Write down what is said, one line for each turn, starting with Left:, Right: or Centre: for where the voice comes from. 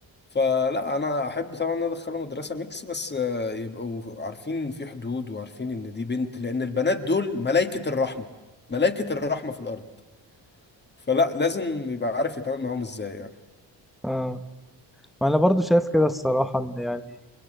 Left: فلا انا احب طبعا ان أنا ادخله مدرسه ميكس بس آه، يبقوا عارفين في حدود وعارفين ان دي بنت لان البنات دول ملائكه الرحمه ملائكه الرحمه في الارض فلا لازم يبقى عارف يتعامل معاهم ازاي يعني
Centre: اه ما انا برضو شايف كده الصراحة ان يعني